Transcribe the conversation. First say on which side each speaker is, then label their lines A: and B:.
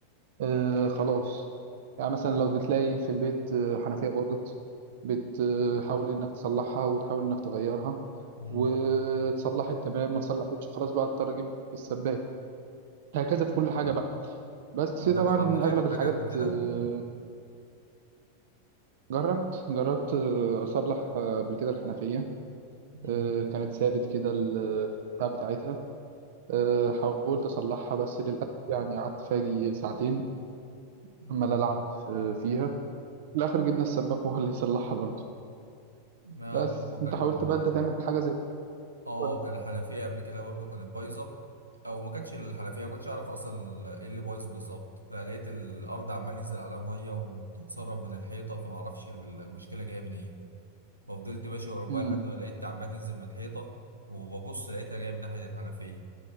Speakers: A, on the right (about 55°); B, on the right (about 85°).
A: آه خلاص يعني مثلا لو بتلاقي في البيت آه، حنفية باظت بتحاول انك تصلحها وتحاول انك تغيرها
B: امم
A: وتصلحت تمام ما تصلحتش خلاص بقى اضطر اجيب السباك هكذا في كل حاجة بقى بس
B: وانت
A: طبعا
B: جربت تعمل
A: أغلب
B: حاجة
A: الحاجات
B: قبل كده
A: آه، جربت جربت آه، أصلح آه، قبل كده الحنفية
B: امم
A: آه، كانت ثابت كده ال- البتاع بتاعتها آه، حاولت أصلحها بس للأسف يعني قعدت فاجي ساعتين
B: امم
A: عمال ألعب آه، فيها في الآخر جبنا السباك وهو اللي يصلحها برضه
B: ما
A: بس
B: برضه كان
A: أنت حاولت بقى أنت تعمل حاجة زي كده
B: اه
A: ولا؟
B: كان الحنفيه قبل كده برضو كانت بايظه او ما كانتش الحنفيه ما كنتش اعرف اصلا ايه اللي بايظ بالظبط فلقيت الارض عمال ينزل عليها ميه وبتتسرب من الحيطه فما اعرفش ال- المشكله جايه منين ففضلت ماشي ورا الميه
A: امم
B: لحد ما لقيت عمال تنزل من الحيطه وببص لقيتها جايه من ناحيه الحنفيه